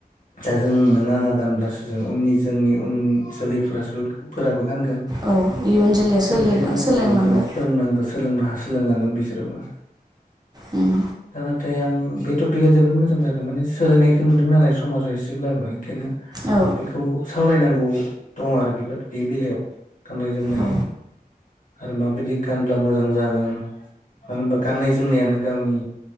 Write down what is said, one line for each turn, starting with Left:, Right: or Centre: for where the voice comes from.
Left: दा जों नों आं गानब्लासो जों उननि जोंनि उन जोलैफोरासो फोराबो नांगोन
Right: औ इयुन जोलैया
Left: दा
Right: सोलिलां
Left: बेखायनो
Right: सोलोंलांगोन
Left: औ जों फोरोंनांगोन <unintelligible> लोंलांगोन बिसोरबो
Right: उम
Left: दा नाथाय आं बे टपिकआ जोबोद मोजां जादों माने सोलायनायखौ नुदों नालाय समाजाव एसेब्लाबो ओंखायनो
Right: औ
Left: बेखौ सावरायनांगौ दङ आरो बिबायदि बे बेलायाव गाननाय जोमनाय
Right: औ
Left: आरो माबायदि गानब्ला मोजां जागोन मानो होनबा गाननाय जोमनायानो गावनि